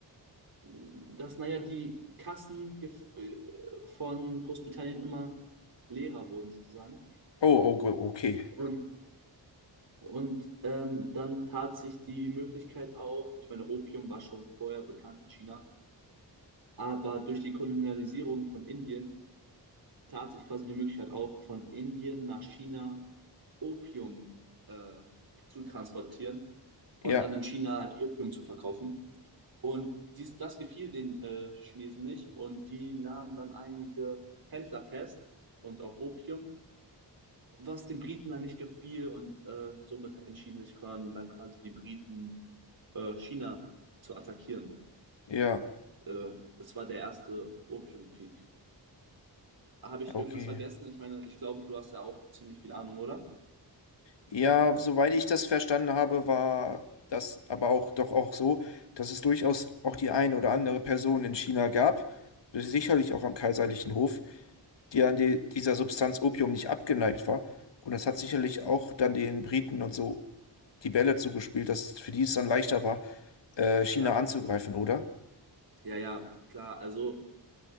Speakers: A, on the right; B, on the left.
A: dass naja, die Kassen gef- äh, von Großbritannien immer leerer wurden sozusagen.
B: Oh, oh, go- okay.
A: Und Und ähm, dann tat sich die Möglichkeit auf, ich meine, Opium war schon vorher bekannt in China, aber durch die Kolonialisierung von Indien tat sich quasi die Möglichkeit auf, von Indien nach China Opium äh, zu transportieren und
B: Ja,
A: dann in China halt Opium zu verkaufen. Und dies, das gefiel den äh, Chinesen nicht und die nahmen dann einige Händler fest und auch Opium was den Briten dann nicht gefiel und äh, somit entschieden sich Crown dann quasi die Briten äh, China zu attackieren.
B: ja,
A: Äh, das war der erste Opiumkrieg. Habe ich
B: okay.
A: irgendwas vergessen? Ich meine, ich glaube, du hast ja auch ziemlich viel Ahnung, oder?
B: Ja, soweit ich das verstanden habe, war das aber auch doch auch so, dass es durchaus auch die eine oder andere Person in China gab, sicherlich auch am kaiserlichen Hof, die an de- dieser Substanz Opium nicht abgeneigt war. Und das hat sicherlich auch dann den Briten und so die Bälle zugespielt, dass für die es dann leichter war, äh, China
A: Ja,
B: anzugreifen, oder?
A: ja, ja, klar. Also